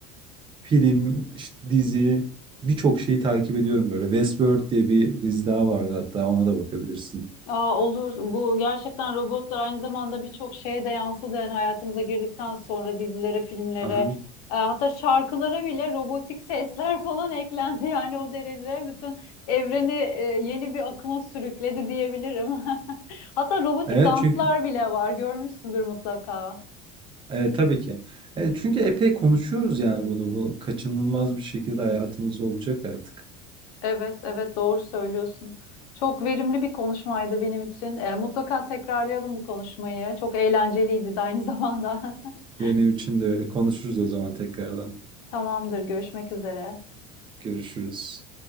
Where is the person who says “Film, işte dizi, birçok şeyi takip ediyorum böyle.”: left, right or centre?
Right